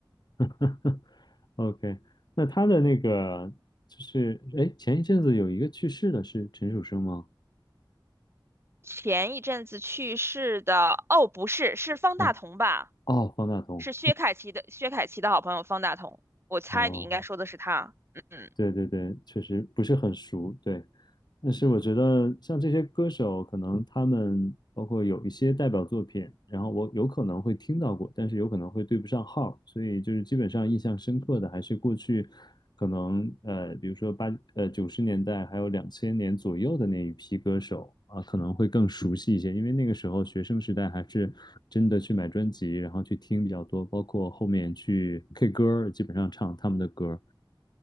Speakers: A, on the left (about 55°); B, on the right (about 30°).
A: <laughs>，OK，那他的那个就是，哎，前一阵子有一个去世的是陈楚生吗？
B: 前一阵子去世的，哦，不是，是方大同吧？
A: 啊，哦，方大同，
B: 是薛凯琪的，薛凯琪的好朋友方大同。我猜你应该说的是他。
A: 哦。
B: 嗯，嗯
A: 对对对，确实不是很熟，对。但是我觉得像这些歌手，可能他们包括有一些代表作品，然后我有可能会听到过，但是有可能会对不上号，所以就是基本上印象深刻的还是过去可能呃，比如说八呃九十年代还有两千年左右的那一批歌手啊，可能会更熟悉一些，因为那个时候学生时代还是真的去买专辑，然后去听比较多，包括后面去 K 歌儿，基本上唱他们的歌。